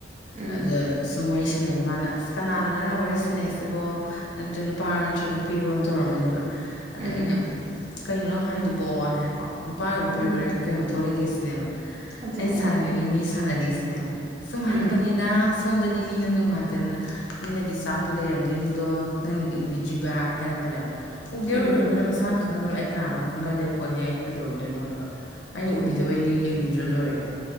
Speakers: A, on the right (about 35°); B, on the left (about 80°).
A: ꯎꯝ
B: ꯑ ꯁꯨꯝ ꯋꯥꯔꯤ ꯁꯥꯟꯅꯕꯗꯣ ꯃꯥꯅ ꯑꯁ ꯀꯅꯥꯅꯣ ꯅꯪꯅ ꯋꯥꯔꯤ ꯁꯥꯟꯅꯩꯁꯤꯕꯣ ꯅꯠꯇ꯭ꯔ ꯅꯨꯄꯥꯔꯣ ꯅꯠꯇ꯭ꯔꯒ ꯅꯨꯄꯤꯔꯣꯅ ꯇꯧꯔꯝꯕꯅꯦꯕ ꯑꯗ
A: ꯎꯝ
B: ꯑꯩꯅ ꯀꯩꯅꯣ ꯅꯪ ꯍꯥꯏꯗꯨꯕꯣꯅ ꯍꯥꯏꯀꯣ ꯅꯨꯄꯥ ꯑꯣꯏ ꯄꯤ
A: ꯎꯝ
B: ꯑꯣꯏꯔꯦ ꯀꯩ ꯃꯇ ꯊꯣꯛꯂꯛꯒꯦꯁꯤꯅꯦꯕ
A: ꯑꯗꯨꯅꯦ
B: ꯑꯩ ꯁꯅꯅꯤ ꯃꯤ ꯁꯪꯅ ꯁꯤꯅꯦꯕ ꯁꯨꯝ ꯍꯪꯕꯅꯤꯗ
A: ꯎꯝ
B: ꯁꯣꯝꯗꯗꯤ ꯃꯤꯅ ꯅꯨꯡꯉꯥꯏꯇꯅ ꯃꯤꯅꯗꯤ ꯆꯥꯛꯇ ꯂꯩꯔꯝꯗꯣꯏꯅꯤꯗꯣ ꯅꯪꯅꯗꯤ ꯎꯕꯤꯗ꯭ꯔꯤꯕ ꯍꯥꯏꯔꯛꯄꯅꯦꯕ ꯎꯒꯦ
A: ꯎꯝ
B: ꯎꯔꯒꯦꯅ ꯃꯁꯥꯡ ꯈ ꯈꯪꯅꯗꯕꯅ ꯑꯩ ꯀꯅꯥꯅꯣ ꯈꯪꯅ ꯂꯩꯕ ꯄꯣꯠꯅꯦ ꯑꯩꯅ ꯀꯩꯗꯧꯔꯗꯣꯏꯣ ꯍꯥꯏꯕ ꯑꯩꯅ ꯎꯕꯤꯗꯕ
A: ꯎꯝ
B: ꯑꯩꯅ ꯌꯦꯡꯕꯤꯗ ꯂꯣꯏꯔꯦ ꯍꯥꯏ